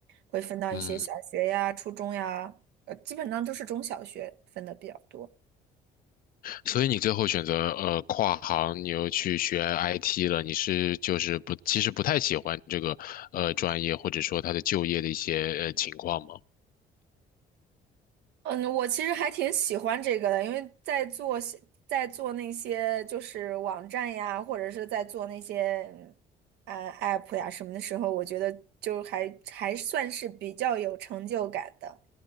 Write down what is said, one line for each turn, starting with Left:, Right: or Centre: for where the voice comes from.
Right: 会分到一些小学呀、
Left: 嗯。
Right: 初中呀，呃，基本上都是中小学分的比较多。
Left: 所以你最后选择呃跨行，你又去学 IT 了，你是就是不，其实不太喜欢这个呃专业，或者说它的就业的一些呃情况吗？
Right: 嗯，我其实还挺喜欢这个的，因为在做些在做那些就是网站呀，或者是在做那些嗯啊 app 呀什么的时候，我觉得就还还算是比较有成就感的。